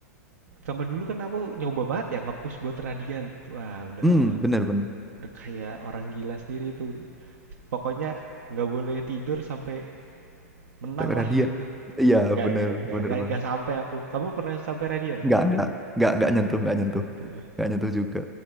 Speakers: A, on the right; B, in the centre.
A: Sama dulu kan aku nyoba banget ya ngepush buat radian. Wah udah
B: Hmm, bener bener.
A: udah kayak orang gila sendiri itu. Pokoknya nggak boleh tidur sampai menang
B: Sampai
A: lah
B: hadiah.
A: gitu.
B: Iya,
A: nggak
B: bener
A: enggak,
B: bener
A: nggak
B: banget.
A: enggak, sampai aku. Kamu pernah sampai radian?
B: nggak nggak nggak nggak nyentuh nggak
A: nggak
B: nyentuh
A: nyentuh ya.
B: nggak nyentuh juga